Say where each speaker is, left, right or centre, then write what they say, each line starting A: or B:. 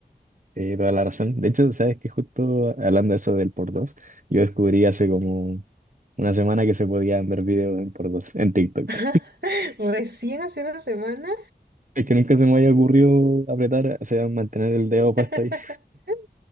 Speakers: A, on the right (about 50°); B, on the right (about 65°).
A: Eh, toda la razón. De hecho, sabes que justo hablando de eso del por dos, yo descubrí hace como una semana que se podían ver videos en por dos en TikTok.
B: <laughs> Recién hace una semana.
A: Es que nunca se me había ocurrido apretar, o sea, mantener el dedo puesto
B: <laughs>
A: ahí.